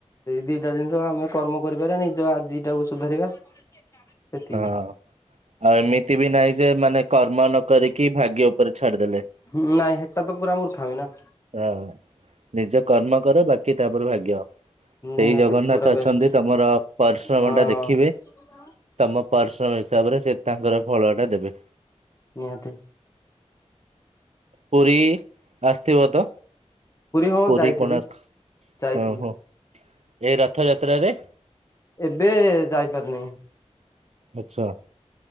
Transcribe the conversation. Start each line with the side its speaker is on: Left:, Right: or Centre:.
Left: ସେଇ ଦିଟା ଜିନିଷ ଆମେ କର୍ମ କରିପାରିବା ନିଜ ଆଜି ଟାକୁ ସୁଧାରିବା। ସେତିକି
Right: ହଁ ଆଉ ଏମିତି ବି ନାହିଁ ଯେ ମାନେ କର୍ମନକରିକି ଭାଗ୍ୟ ଉପରେ ଛାଡିଦେଲେ।
Left: ହୁଁ ନାଇଁ ହେଟାତ ପୁରା ମୂର୍ଖାମି ନାଁ।
Right: ହଁ ନିଜ କର୍ମ କର ବାକି ତାପରେ ଭାଗ୍ୟ। ସେଇ
Left: ନିହାତି
Right: ଜଗନ୍ନାଥ
Left: ପୁରା ବେଷ୍ଟ
Right: ଅଛନ୍ତି ତମର ପରିଶ୍ରମ
Left: ହଁ
Right: ଟା ଦେଖିବେ।
Left: <inaudible>
Right: ତମ ପରିଶ୍ରମ ହିସାବରେ ସେ ତାଙ୍କର ଫଳ ଟା ଦେବେ।
Left: ନିହାତୀ।
Right: ପୁରୀ ଆସିଥିବ ତ
Left: ହଁ
Right: ପୁରୀ
Left: ଯାଇଥିଲି
Right: କୋଣାର୍କ
Left: ଯାଇଥିଲି
Right: ଓ ହୋ। ଏଁ ରଥଯାତ୍ରାରେ।
Left: ଏବେ ଯାଇପାରିନି।
Right: ଆଚ୍ଛା